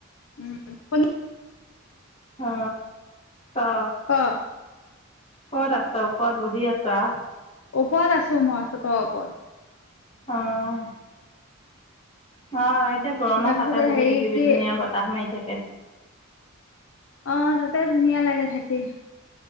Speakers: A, on the left; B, on the left.
A: উম।
B: অ অ।
A: অ।
B: ক'ত আছ? ওপৰত বহি আছো আ।
A: ওপৰত আছো মই চত ওপৰত।
B: অঁ। অঁ এতিয়া গৰমত
A: তাৰপিছতে
B: তাতে বহি
A: হেৰি
B: থাকিবি
A: কি
B: ধুনীয়া বতাহ মাৰি থাকে।
A: অ তাতে ধুনীয়া লাগে থাকি,